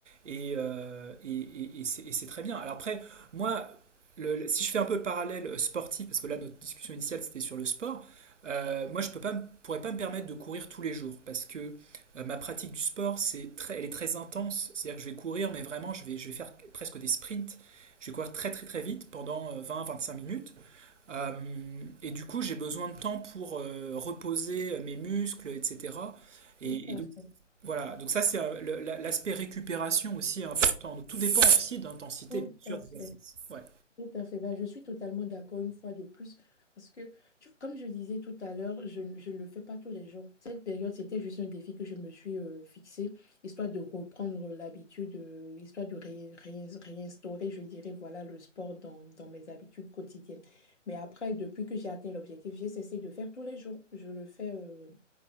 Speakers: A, on the right; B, on the left.
A: Et, euh, et, et- et c'est très bien. Alors après, moi, le- si je fais un peu le parallèle sportif, parce que là, notre discussion initiale, c'était sur le sport, euh, moi, je peux pas, pourrais pas me permettre de courir tous les jours, parce que euh, ma pratique du sport, c'est très, elle est très intense. C'est-à-dire que je vais courir, mais vraiment, je vais, je vais faire presque des sprints. Je vais courir très très très vite pendant euh, vingt, à vingt-cinq minutes. Euh, et du coup, j'ai besoin de temps pour euh, reposer euh, mes muscles, etc. Et,
B: Tout à
A: et donc,
B: fait.
A: voilà, donc ça c'est euh, le- la- l'aspect récupération aussi est important. Donc, tout dépend aussi d'intensité,
B: Tout
A: bien sûr,
B: à
A: d'exercice.
B: fait.
A: Ouais.
B: Tout à fait. Ben, je suis totalement d'accord une fois de plus. Parce que, tu- comme je disais tout à l'heure, je, ne je ne le fais pas tous les jours. Cette période, c'était juste un défi que je me suis euh, fixé, histoire de reprendre l'habitude, euh, histoire de ré- ré- réinstaurer, je dirais, voilà, le sport dans, dans mes habitudes quotidiennes. Mais après, depuis que j'ai atteint l'objectif, j'ai cessé de faire tous les jours. Je le fais. euh,